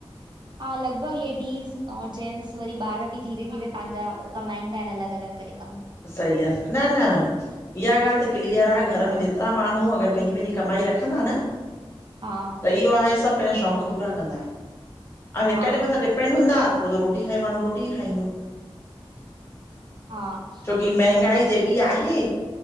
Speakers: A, on the right; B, on the left.
A: हा लगभगु लेडीज़ और जेंन्स वरी ॿारि भी धीरे-धीरे पांजा कमाईंदा आहिन, अलग-अलग करे कमु।
B: सही आ न-न इया गाल्हि त क्लीअर आ, घरु में जेतरा माण्हूं अगरि पहिंजी- पहिंजी कमाई रखंदा न?
A: हा।
B: इयो आहे सभु पहिंजा शौकु पूरा कंदा, ऐं हिकु
A: हा
B: जे‌ मत्थां डिप पेन हूंदा, पोइ त रोटी खाई माण्हूं रोटी ई खाइंदो।
A: हा।
B: छोकी महंगाई
A: प
B: जेॾी आहे,